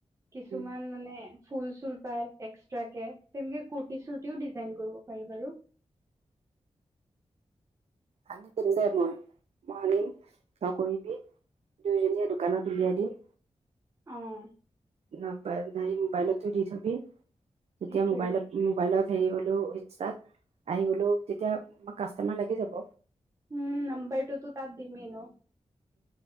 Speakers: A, on the right; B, on the right.
A: কিছুমান
B: উম
A: মানে ফুল চুল পাই এক্সট্ৰাকে তেনেকে কূৰ্ততি চুৰ্তিও ডিজাইন কৰিব পাৰি বাৰু <inaudible>
B: আনি দিম দে মই। মই আনিম তই কৰিবি দুয়োজনীয়ে দোকানত উলিয়াই দিম
A: অঁ
B: নাই নাই মোবাইলতো দি থবি তেতিয়া
A: সেইটোয়ে
B: মোবাইলত মোবাইলত হেৰি হ'লেও ইনষ্টাত আহি গ'লেও তেতিয়া আমাৰ কাষ্টমাৰ লাগি যাব।
A: উম নম্বাৰটোতো তাত দিমেই ন।